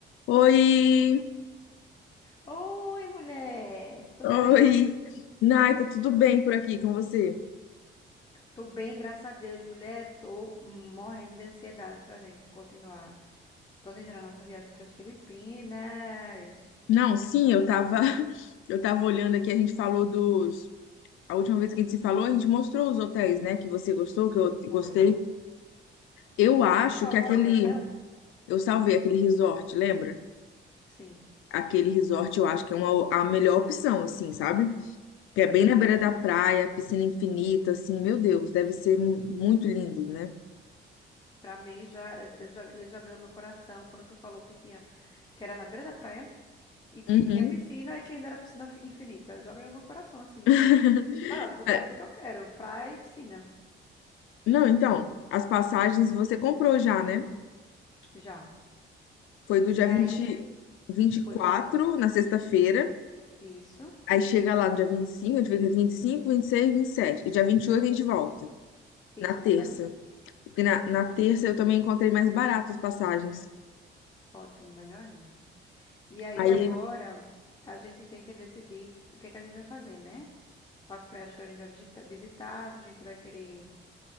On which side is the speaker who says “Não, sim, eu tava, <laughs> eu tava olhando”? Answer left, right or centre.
Left